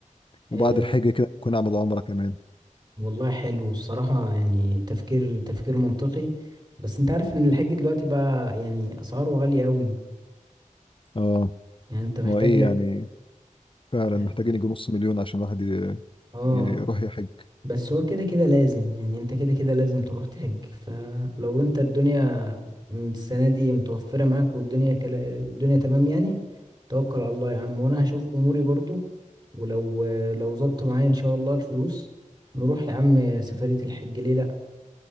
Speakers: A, on the left (about 40°); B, on the right (about 35°).
A: وبعد
B: إيه
A: الحج كده ممكن اعمل عمره كمان
B: والله حلو الصراحه يعني تفكير تفكير منطقي بس انت عارف ان الحاج دلوقتي بقى يعني اسعاره غاليه قوي
A: اه
B: يعني انت محتاج
A: ما هو ايه
B: لك
A: يعني فعلا
B: مح-
A: محتاجين يجي نص مليون عشان الواحد ي-
B: اه
A: يروح يحج
B: بس هو كده كده لازم يعني انت كده كده لازم تروح تحج فلو انت الدنيا السنة دي متوفرة معاك والدنيا كلا الدنيا تمام يعني توكل على الله يا عم وانا هشوف اموري برضو ولو لو ظبط معايا ان شاء الله الفلوس نروح يا عم سفرية الحج ليه لا